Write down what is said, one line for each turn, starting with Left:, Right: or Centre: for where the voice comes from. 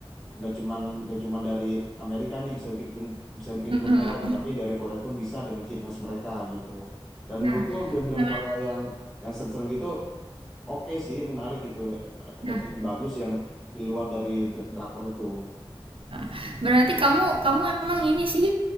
Centre: nggak cuman nggak cuman dari Amerika nih bisa bikin film bisa bikin
Right: Mm-mm.
Centre: film serem tapi dari Korea pun bisa dengan ciri khas mereka gitu. Dan
Right: Nah,
Centre: menurutku film-film
Right: nah,
Centre: Korea yang yang serem-serem gitu oke sih menarik gitu. Ada
Right: nah,
Centre: film bagus yang di luar dari dra- drakor itu.
Right: heeh. berarti kamu kamu emang ini sih